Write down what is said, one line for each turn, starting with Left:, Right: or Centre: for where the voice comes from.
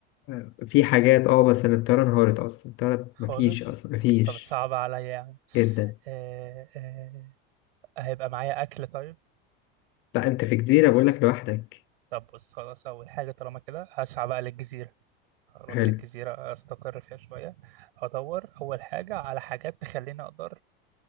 Left: آه. في حاجات اه بس أنا الطيارة انهارت أصلا الطيارة
Right: خالص
Left: مفيش أصلا مفيش
Right: طب تصعب عليا يعني
Left: جدا
Right: آه آه هيبقى معايا أكل طيب
Left: لا أنت في جزيرة بقولك لوحدك
Right: طب بص خلاص أول حاجة طالما كده هسعى بقى للجزيرة أروح
Left: حلو
Right: للجزيرة أستقر فيها شوية أدور أول حاجة على حاجات تخليني أقدر